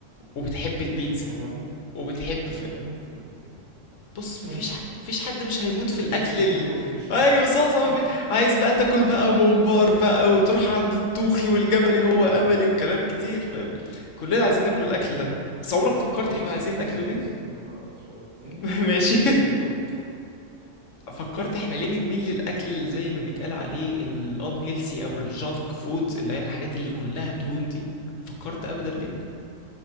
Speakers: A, on the left (about 70°); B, on the right (about 40°).
A: وبتحب البيتزا
B: انا بموت
A: وبتحب
B: انا
A: في...
B: بموت في ال
A: بص
B: كمل
A: مفيش ح...
B: كمل
A: مفيش حد مش هيموت في
B: اقول
A: الاكل
B: لك سلكت
A: ال...
B: اول
A: ايوه صح صح
B: <laughs>
A: مفيش... عايز بقى تاكل بقى ممبار بقى وتروح عند الطوخي والجملي هو املي وكلام كتير فاهم كلنا عايزين ناكل الاكل ده بس عمرك فكرت
B: بلاش
A: احنا عايزين
B: التوخ
A: ناكله
B: يعني
A: ليه
B: عشان بعرف شويه ايه
A: <laughs> ماشي
B: بتقول ايه كمل كمل
A: فكرت احنا ليه بنميل للاكل زي ما بيتقال عليه الان هيلسي او الجانك فود اللي هي الحاجات اللي كلها دهون دي فكرت ابدا ليه